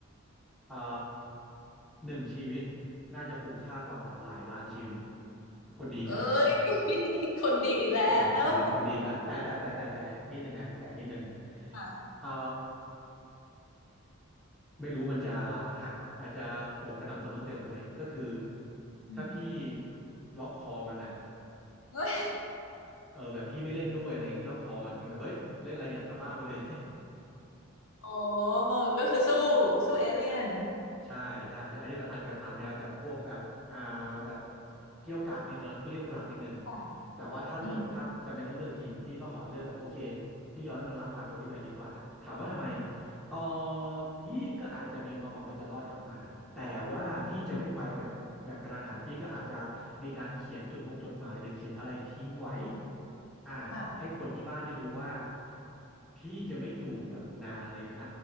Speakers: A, in the centre; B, on the left (about 70°).
A: อ่าหนึ่งชีวิตน่าจะคุ้มค่ากว่าหลายล้านชีวิตคนดีอีกละ
B: เอ้ย <laughs> คนดีอีกแล้ว
A: เออเห็นไหมคนดีอีกและแต่แต่แต่แต่แต่นิดนึงนะแต่นิดนึง
B: ค่ะ
A: เอ่อไม่รู้มันจะหักอาจจะโหดกระหน่ำซัมเมอร์เซลล์ไปไหมก็คือ
B: อืม
A: ถ้าพี่ล็อกคอมันนะ
B: เอ้ย
A: เออแบบพี่ไม่เล่นด้วยอะไรเงี้ยพี่ล็อกคอมันอย่างเงี้ยแบบเฮ้ยเล่นอะไรเนี่ยกลับบ้านไปเลย
B: โอ้ก็คือสู้สู้เอเลี่ยน
A: ใช่ใช่ใช่อันนี้แบบอาจจะแบบอ่านแนวแบบพวกแบบอ่าแบบเกรี้ยวกราดนิดนึงนะเกรี้ยวกราดนิดนึง
B: ค่ะ
A: แต่ว่าถ้าเลือกถ้าจำเป็นต้องเลือกจริงพี่ก็ขอเลือกแบบโอเค
B: อืม
A: พี่ยอมให้มันลักพาตัวพี่ไปดีกว่าถามว่าทำไมเออพี่ก็อาจจะมีความหวังว่าจะรอดกลับมาแต่ว่าพี่จะไม่ไปแบบแบบกระทันหันพี่ก็อาจจะมีการเขียนจดมงจดหมายหรือเขียนอะไรทิ้งไว้อ่าให้คนที่บ้านได้รู้ว่า
B: ค่ะ
A: พี่จะไม่อยู่แบบนานเลยนะ